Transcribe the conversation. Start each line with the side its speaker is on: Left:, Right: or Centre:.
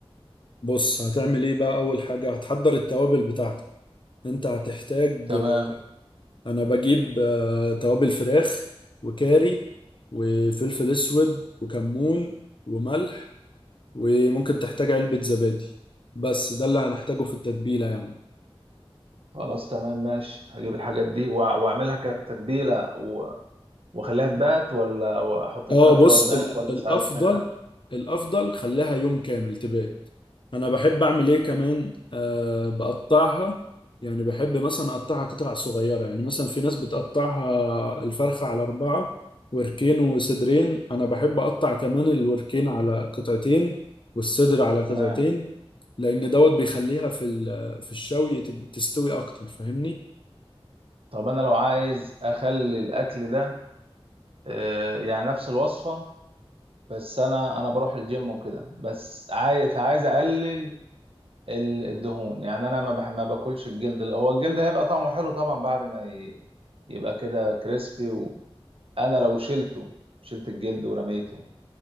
Left: بص هتعمل إيه بقى أول حاجة هتحضر التوابل بتاعتك أنت هتحتاج
Right: تمام
Left: آه، أنا بجيب آه، توابل فراخ وكاري وفلفل أسود وكمون وملح وممكن تحتاج علبة زبادي بس ده اللي هنحتاجه في التتبيلة يعني
Right: خلاص تمام ماشي هجيب الحاجات دي وأع- واعملها كتتبيله و... واخليها تبات ولا احط الفراخ
Left: اه بص
Right: فيها وتبات
Left: ال-
Right: ولا
Left: الافضل
Right: ساعتها
Left: الافضل خليها يوم كامل تبات انا بحب اعمل ايه كمان آه بقطعها يعني بحب مثلا اقطعها قطع صغيره يعني مثلا في ناس بتقطعها الفرخه على اربعه وركين وصدرين انا بحب اقطع كمان الوركين على قطعتين والصدر على قطعتين
Right: تمام
Left: لان دوت بيخليها في ال- في الشوي تب- تستوي اكتر فاهمني
Right: طب انا لو عايز اخلي الاكل ده آه، يعني نفس الوصفه بس انا انا بروح الجيم وكده بس عايز فعايز اقلل ال- الدهون يعني انا ما بح- ما باكلش الجلد ال- هو الجلد هيبقى طعمه حلو طبعا بعد ما ي- يبقى كده كريسبي وانا لو شلته شلت الجلد ورميته